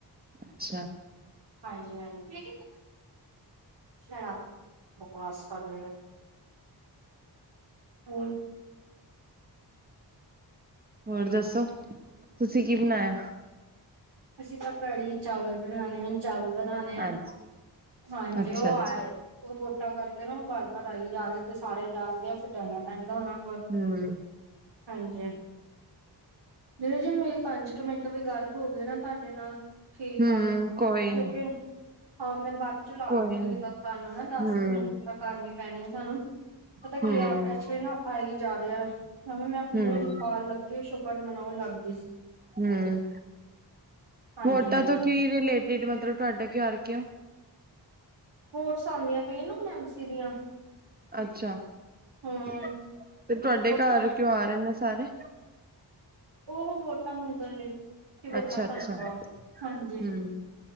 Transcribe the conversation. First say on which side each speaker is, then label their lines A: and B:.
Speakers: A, on the right (about 20°); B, on the right (about 80°).
A: ਅੱਛਾ।
B: ਹਾਂਜੀ-ਹਾਂਜੀ, ਸ਼ੈਟਪ ਬਕਵਾਸ ਕਰ ਰੇਐ। ਹੋਰ
A: ਹੋਰ ਦੱਸੋ ਤੁਸੀ ਕੀ ਬਣਾਏਐ?
B: ਅਸੀਂ ਤਾਂ ਕੜੀ ਚਾਵਲ ਬਣਾਣੇ ਹਨ। ਚਾਵਲ ਬਣਾਣੇ ਐ।
A: ਅੱਜ
B: ਹਾਂਜੀ
A: ਅੱਛਾ
B: ਓ
A: ਅੱਛਾ
B: ਆਏ ਔਰ ਵੋਟਾ ਕਰਕੇ ਨਾ ਓ ਬਾਰ-ਬਾਰ ਆਈ ਜਾ ਰੇ ਤੇ ਸਾਰੇ ਜਾਣਦੇ ਆ ਫਿਰ ਜਾਣਾ ਪੈਂਦਾ ਓਨਾਂ ਕੋਲ।
A: ਹੂੰ।
B: ਹਾਂਜੀ। ਜਿਵੇਂ-ਜਿਵੇਂ ਮੇਰੇ ਪੰਜ ਕ ਮਿੰਟ ਵੀ ਗੱਲ ਹੋਗੇ ਨਾ ਤਾਡੇ ਨਾ। ਠੀਕ
A: ਹਮ
B: ਆ ਕਿਉਂਕਿ
A: ਕੋਈ ਨੀ
B: ਹਾਂ ਮੈਂ ਬਾਦ ਚੋ ਲਾ
A: ਕੋਈ
B: ਲੂੰਗੀ
A: ਨੀ
B: ਨਈ ਤਾਂ ਤਾਨੂੰ ਨਾ ਦੱਸ
A: ਹਮ
B: ਕ ਮਿੰਟ ਤਾਂ ਕਰਨੀ ਪੈਣੀ ਐ ਸਾਨੂੰ। ਪਤੈ
A: ਹਮ
B: ਕੀ ਆ ਐਚੁਲੀ ਨਾ ਆਈ ਜਾ ਰਿਆ। ਹੂਨ ਮੈਂ ਹੁਣੇ
A: ਹਮ
B: ਪਾਨ ਲੱਗੀ ਸ਼ੁਕਰ ਮਨਾਉਣ ਲੱਗ ਗੀ ਸੀ।
A: ਹੂੰ,
B: ਹਾਂਜੀ
A: ਵੋਟਾਂ
B: ਹਾਂਜੀ
A: ਤੋਂ ਕੀ ਰਿਲੇਟਿਡ ਮਤਲਬ ਤੁਆਡੇ ਘਾਰ ਕਿਉਂ?
B: ਵੋਟਸ ਆਂਦੀਆਂ ਪਈਆਂ ਨਾ ਹੁਣ ਐਮ ਸੀ ਦੀਆਂ।
A: ਅੱਛਾ
B: ਹਮ
A: ਤੇ ਤੁਆਡੇ
B: ਵੋਟਾਂ
A: ਘਾਰ ਕਿਉਂ ਆ ਰੇ ਨੇ ਸਾਰੇ?
B: ਓ ਨਾ ਵੋਟਾਂ ਮੰਗਣ ਲਈ ਕਿ ਵੋਟਾਂ
A: ਅੱਛਾ
B: ਸਾਨੂੰ
A: ਅੱਛਾ
B: ਪਾਓ, ਹਾਂਜੀ।
A: ਹਮ